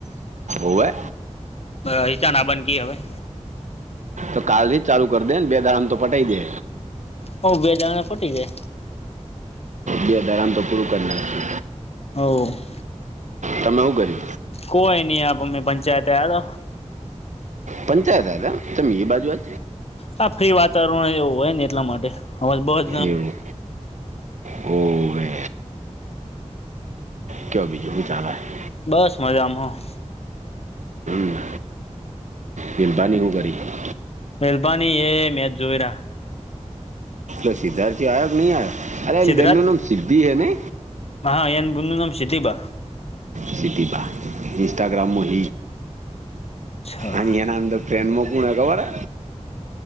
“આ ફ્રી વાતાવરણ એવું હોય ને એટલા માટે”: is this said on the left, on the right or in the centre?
Left